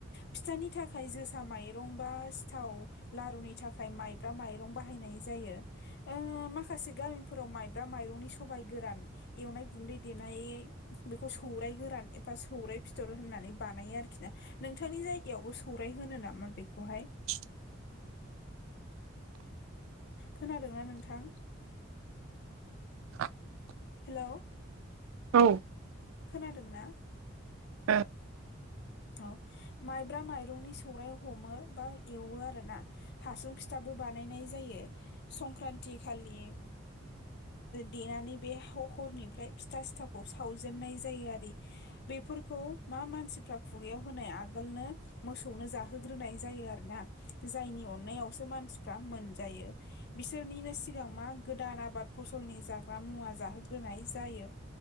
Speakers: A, on the left (about 55°); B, on the right (about 80°).
A: फिथानि थाखाय जोसा माइरं बा सिथाव लारुनि थाखाय। थाखाय माइब्रा माइरं बाहायनाय जायो। ओ माखासे गामिफोराव माइब्रा माइरंनि सबाय गोरान एवनाय गुन्दै देनाय बेखौ सौराय गोरान एबा सौराय फिथर होननानै बानायो आरोखिना। नोंथांनि जायगायावबो सौराय होनो नामा बेखौहाय
B: <inaudible>
A: खोनादोंना नोंथां।
B: <inaudible>
A: हेल'।
B: औ।
A: खोनादोंना
B: औ
A: औ। माइब्रा माइरंनि सौराइ हमो बा एवो आर ना हासुं फिथाबो बानायनाय जायो संक्रान्ति खालि। देनानै बे हरनिफ्राय फिथा सिथावखौ सावजे सुजेननाय जायो आरो बेफोरखौ मा मानसिफ्रा खुगायाव होनाय आगोलनो। मोसौनो जाहोग्रोनाय जायो आरोना जायनि अननायावसो मानसिफ्रा मोनजायो। बिसोरनिनो सिगां मा गोदान आबाद फसलनि जाग्रा मुवा जाहोग्रोनाय जायो।